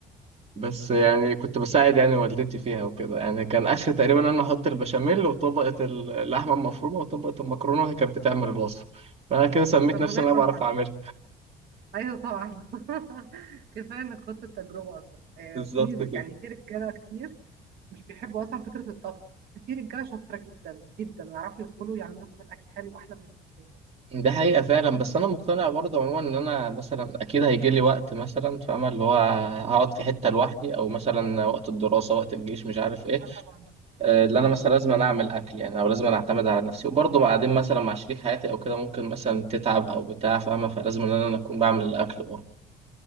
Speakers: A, on the right (about 40°); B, on the right (about 65°).
A: بس
B: أوه.
A: يعني كنت بساعد يعني والدتي فيها وكده يعني كان اخر تقريبا انا احط البشاميل وطبقه اللحمه المفرومه وطبقه المكرونه وهي كانت بتعمل الوصفه فانا كده سميت
B: طب
A: نفسي
B: والله
A: ان انا
B: برافو
A: بعرف
B: عليك
A: اعملها
B: ايوه طبعا <laughs> كفايه انك خدت التجربه اصلا آه،
A: بالظبط
B: في
A: كده
B: يعني في رجاله كتير مش بيحبوا اصلا فكره الطبخ بس في رجاله شاطره جدا جدا ويعرفوا يدخلوا ويعملوا كمان اكل حلو واحلى من الستات
A: ده حقيقة فعلا بس أنا مقتنع برضه عموما إن أنا مثلا أكيد هيجي لي وقت مثلا فاهمة اللي هو هقعد في حتة لوحدي أو مثلا وقت الدراسة وقت الجيش مش عارف إيه
B: اه طبعا
A: آه، اللي أنا
B: صح
A: مثلا لازم أنا أعمل أكل يعني أو لازم أنا أعتمد على نفسي وبرضه بعدين مثلا مع شريك حياتي أو كده ممكن مثلا تتعب أو بتاع فاهمة فلازم إن أنا أكون بعمل الأكل برضه